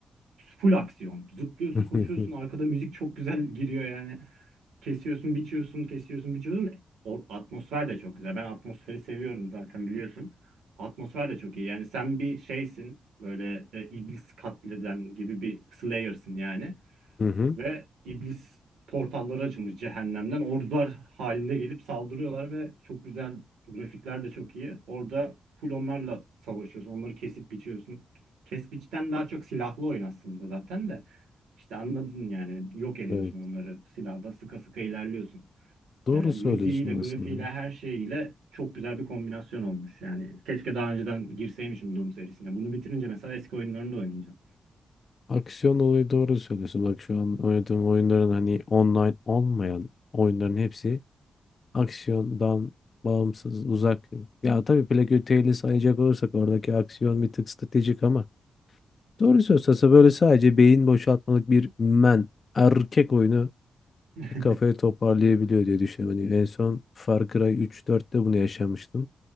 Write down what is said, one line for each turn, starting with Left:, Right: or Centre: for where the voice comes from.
Right: Full aksiyon. Zıplıyorsun,
Left: <laughs>
Right: koşuyorsun.
Left: Hı hı.
Right: Arkada müzik çok güzel giriyor yani. Kesiyorsun, biçiyorsun, kesiyorsun, biçiyorsun. O, atmosfer de çok güzel. Ben atmosferi seviyorum zaten biliyorsun. Atmosfer de çok iyi. Yani sen bir şeysin. Böyle e, iblis katleden gibi bir slayer'sın yani
Left: Hı hı.
Right: ve iblis portalları açılmış cehennemden. Ordular halinde gelip saldırıyorlar ve çok güzel grafikler de çok iyi. Orada full onlarla savaşıyorsun. Onları kesip biçiyorsun. Kes biçten daha çok silahlı oyun aslında zaten de. İşte anladın yani yok ediyorsun
Left: Evet.
Right: onları silahla sıka sıka ilerliyorsun. Yani
Left: Doğru
Right: müziğiyle,
Left: söylüyorsun
Right: grafiğiyle,
Left: aslında.
Right: her şeyiyle çok güzel bir kombinasyon olmuş. Yani keşke daha önceden girseymişim Doom serisine. Bunu bitirince mesela eski oyunlarını da oynayacağım.
Left: Aksiyon olayı doğru söylüyorsun. Bak şu an oynadığım oyunların hani online olmayan oyunların hepsi aksiyondan bağımsız, uzak. Ya tabii Black Tail'i sayacak olursak oradaki aksiyon bir tık stratejik ama doğru söylüyorsa böyle sadece beyin boşaltmalık bir men, erkek oyunu
Right: <laughs>
Left: kafayı toparlayabiliyor diye düşünüyorum. Hani en son Far Cry 3-4'te bunu yaşamıştım.